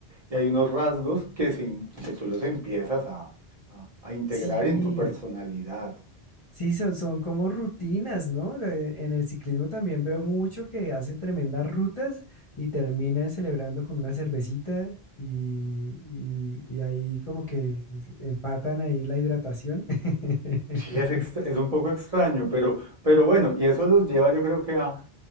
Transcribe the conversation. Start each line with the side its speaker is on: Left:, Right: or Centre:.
Right: y hay unos rasgos que, se que tú los empiezas a, a- a integrar
Left: sí.
Right: en tu personalidad.
Left: Sí, son, son como rutinas, ¿no? De- En el ciclismo también veo mucho que hacen tremendas rutas y terminan celebrando con una cervecita y, y- y ahí como que empatan ahí la hidratación. <laughs>
Right: Sí, es, ext- es un poco extraño, pero, pero bueno, y eso los lleva yo creo que a,